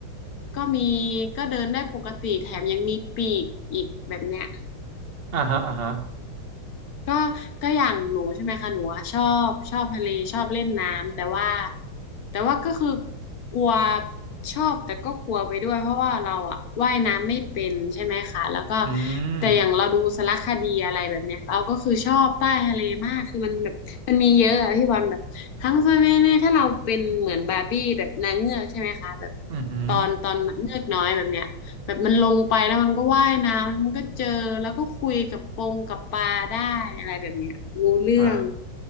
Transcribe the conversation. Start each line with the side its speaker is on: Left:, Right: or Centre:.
Left: ก็มีก็เดินได้ปกติแถมยังมีปีกอีกแบบเนี้ย
Right: อ่าฮะอ่าฮะ
Left: ก็ก็อย่างหนูใช่ไหมคะหนูอะชอบชอบทะเลชอบเล่นน้ำแต่ว่าแต่ว่าก็คือกลัวชอบแต่ก็กลัวไปด้วยเพราะว่าเราอะว่ายน้ำไม่เป็นใช่ไหมคะแล้วก็
Right: อืม
Left: แต่อย่างเราดูสารคดีอะไรแบบเนี้ยเราก็คือชอบใต้ทะเลมากคือมันแบบมันมีเยอะอะพี่บอลแบบทั้งสมัยเนี่ยถ้าเราเป็นเหมือนบาร์บี้แบบนางเงือกใช่ไหมคะแบบ
Right: อือหือ
Left: ตอนตอนเงือกน้อยแบบเนี้ย แบบมันลงไปแล้วมันก็ว่ายน้ำแล้วมันก็เจอแล้วก็คุยกับปงกับปลาได้อะไรแบบเนี้ยรู้เรื่อง
Right: เอ่อ